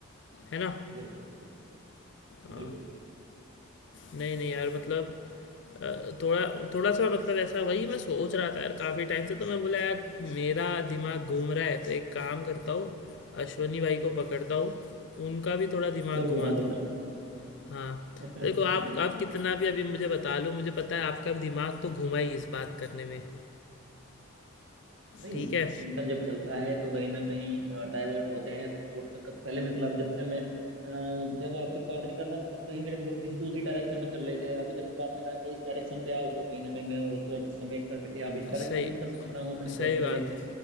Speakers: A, on the left; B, on the right.
A: है ना
B: बिल्कुल बिल्कुल
A: हाँ
B: बिल्कुल
A: नहीं नहीं यार मतलब अ, थोड़ा थोड़ा सा मतलब ऐसा वही मैं सोच रहा था यार काफ़ी टाइम से तो मैं बोला यार मेरा दिमाग घूम रहा है तो एक काम करता हूँ अश्वनी भाई को पकड़ता हूँ उनका भी थोड़ा दिमाग
B: गल
A: घुमाता
B: घुमा देता
A: हूँ
B: हूँ
A: हाँ
B: <laughs>
A: देखो आप आप कितना भी अभी मुझे बता लो मुझे पता है आपका दिमाग तो घुमा ही इस बात करने में
B: नहीं
A: ठीक है
B: चिंतन जब चलता है तो कहीं ना कहीं डाइवर्ट होते हैं थॉट्स पहले मतलब जब से मैं अ, जब आपसे बात नहीं कर रहा था तब कहीं मेरे थॉट किसी दूसरी डायरेक्शन में चल रहे थे अभी जब आपने कहा कि इस डायरेक्शन पे आओ तो कहीं ना कहीं मैं उसको समेट करके अब इस डायरेक्शन
A: सही
B: में निकल पड़ा हूँ अपने
A: सही
B: थॉट्स को
A: बात
B: लेकर
A: है